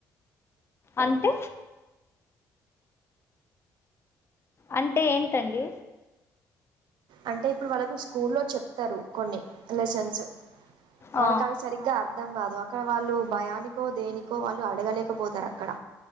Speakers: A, on the left (about 30°); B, on the right (about 75°).
A: అంటే అంటే ఏంటండి
B: అంటే ఇప్పుడు వాళ్ళకు స్కూల్ లో చెప్తారు కొన్ని లెసెన్స్ వాళ్ళకవి
A: ఆ
B: సరిగ్గా అర్ అర్థం కాదు అక్కడ వాళ్ళు భయానికో దేనికో వాళ్ళు అడగలేకపోతారు అక్ అక్కడ